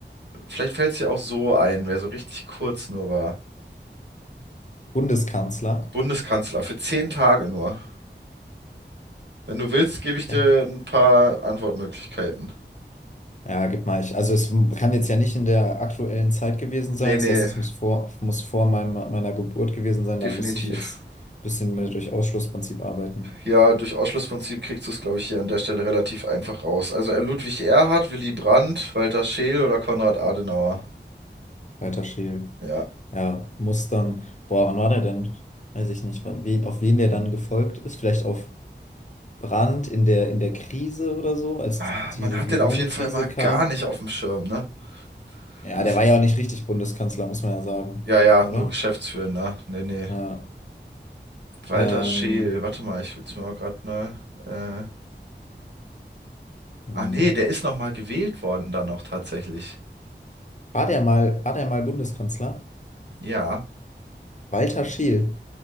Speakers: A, on the right (about 65°); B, on the left (about 40°).
A: vielleicht fällt es dir auch so ein, wer so richtig kurz nur war.
B: Geschäftsbundeskanzler.
A: Bundeskanzler für zehn Tage nur. Wenn du willst, gebe ich
B: Chef.
A: dir ein paar Antwortmöglichkeiten.
B: Ja, gib mal ich. Also es kann jetzt ja nicht in der aktuellen Zeit gewesen
A: Nee,
B: sein.
A: nee,
B: Das heißt, es muss vor, muss vor meinem, meiner Geburt gewesen sein.
A: definitiv.
B: Da müsste ich jetzt ein bisschen mit durch Ausschlussprinzip arbeiten.
A: Ja, durch Ausschlussprinzip kriegst du es, glaube ich, hier an der Stelle relativ einfach raus. Also äh, Ludwig Erhard, Willy Brandt, Walter Scheel oder Konrad Adenauer.
B: Weiter schälen.
A: Ja.
B: Ja, muss dann. Boah, wann war der denn? Weiß ich nicht. wann- Wen, auf wen der dann gefolgt ist? Vielleicht auf Brandt in der, in der Krise oder so, als
A: Ah,
B: diese
A: man hat
B: Guillaume-Krise
A: den auf jeden Fall mal
B: kam.
A: gar nicht auf dem Schirm, ne?
B: Ja,
A: Das
B: der
A: ist,
B: war ja auch nicht richtig Bundeskanzler, muss man ja sagen.
A: ja, ja,
B: Oder?
A: nur Geschäftsführender. Nee, nee.
B: Ja.
A: Walter
B: Ähm,
A: Scheel, warte mal, ich will's mir mal gerade, ne? Äh,
B: hm.
A: ah, nee, der ist noch mal gewählt worden dann noch tatsächlich.
B: war der mal, war der mal Bundeskanzler?
A: Ja,
B: Walter Scheel.